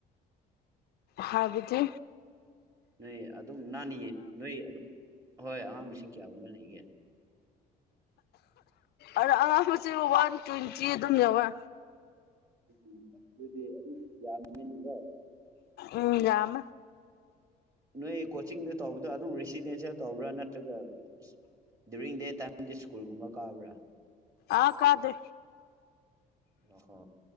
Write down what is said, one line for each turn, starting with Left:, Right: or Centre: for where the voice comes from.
Left: ꯍꯥꯕꯤꯗꯤ
Right: ꯅꯣꯏ ꯑꯗꯨꯝ ꯅꯥꯅꯤꯌꯦ ꯅꯣꯏꯝ ꯍꯣꯏ ꯑꯉꯥꯡ ꯁꯤꯡ ꯆꯌꯥꯒꯨꯝꯕ ꯂꯩꯒꯦ
Left: ꯑꯗ ꯑꯉꯥꯡꯕꯁꯤꯕꯨ ꯋꯥꯟ ꯇ꯭ꯋꯦꯟꯇꯤ ꯑꯗꯨꯝ ꯌꯧꯋꯦ
Right: ꯑ ꯑꯗꯨ ꯃꯤꯕ
Left: ꯎꯝ ꯌꯥꯝ
Right: ꯅꯣꯏ ꯀꯣꯆꯤꯡꯗ ꯇꯧꯕꯗꯣ ꯑꯗꯨꯝ ꯔꯤꯁꯤꯗꯦꯟꯁꯤꯌꯦꯦꯜ ꯇꯧꯕ꯭ꯔꯥ ꯅꯠꯇ꯭ꯔꯒ ꯑ ꯗꯗꯨꯌꯨꯔꯤꯡ ꯗꯦ ꯇꯥꯏꯝꯗꯤ ꯁ꯭ꯀꯨꯜꯒꯨꯝꯕ ꯀꯥꯕ꯭ꯔꯥ
Left: ꯑꯥ ꯀꯥꯗꯦ
Right: ꯑꯣ ꯍꯣ